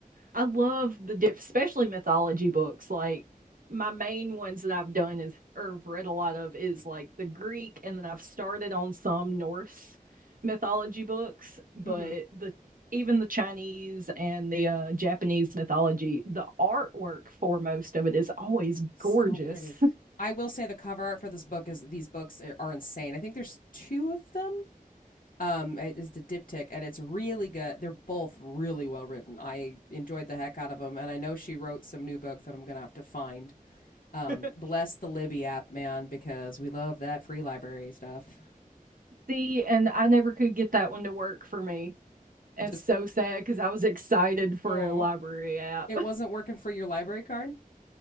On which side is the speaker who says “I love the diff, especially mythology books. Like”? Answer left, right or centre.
Right